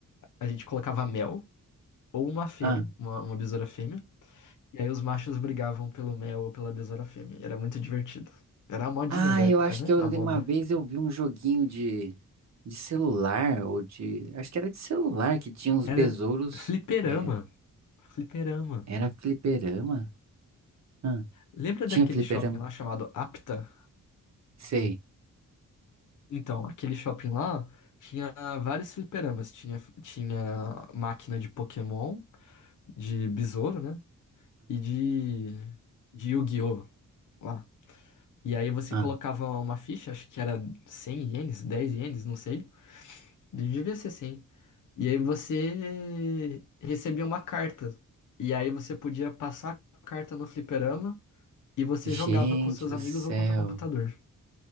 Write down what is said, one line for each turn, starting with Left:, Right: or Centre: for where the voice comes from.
Left: a gente colocava mel ou uma fêmea,
Right: ah.
Left: uma, uma besoura fêmea. E aí os machos brigavam pelo mel ou pela besoura fêmea. Era muito divertido. Era a modinha
Right: Ah,
Left: da
Right: eu
Left: época,
Right: acho
Left: né?
Right: que eu,
Left: A
Right: li-
Left: moda.
Right: uma vez eu vi um joguinho de, de celular, ou de. Acho que era de celular que tinha uns
Left: Era
Right: besouros.
Left: fliperama.
Right: eh,
Left: Fliperama.
Right: era fliperama? Ah,
Left: Lembra
Right: tinha
Left: daquele
Right: fliperama?
Left: shopping lá chamado Apta?
Right: Sei.
Left: Então, aquele shopping lá tinha vários fliperamas. Tinha, tinha máquina de Pokémon, de besouro, né? E de, de Yu-Gi-Oh! lá. E aí você
Right: Ah,
Left: colocava uma ficha, acho que era 100 ienes, 10 ienes, não sei. Devia ser cem E aí você recebia uma carta. E aí você podia passar a carta no fliperama e você
Right: gente
Left: jogava com seus
Right: do
Left: amigos
Right: céu.
Left: ou contra o computador.